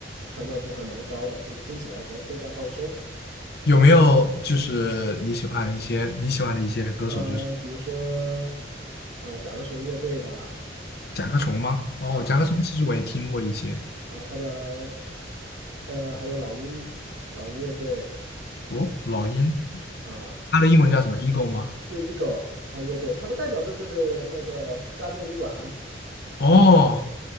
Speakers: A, on the right; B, on the left.
A: 传唱度还蛮高的，就听起来还更加放松。
B: 有没有就是你喜欢一些你喜欢的一些歌手，
A: 呃，
B: 就是
A: 比如说，啊，甲壳虫乐队的
B: 甲壳虫吗？哦，
A: 啊
B: 甲壳虫其实我也听过一些。
A: 啊，他的呃，还有老鹰老鹰乐队
B: 哦，老鹰，
A: 啊，
B: 它的英文叫什么？Eagle 吗？
A: 就 Eagle 他乐队，他的代表作就是那个《加州旅馆》
B: 哦，